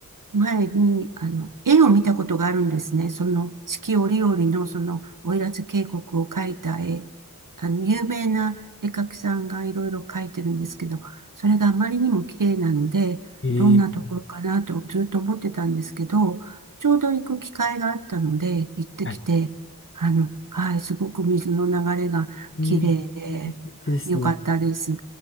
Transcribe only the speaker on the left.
え
え、
はい。
ええ、ですね。
行っ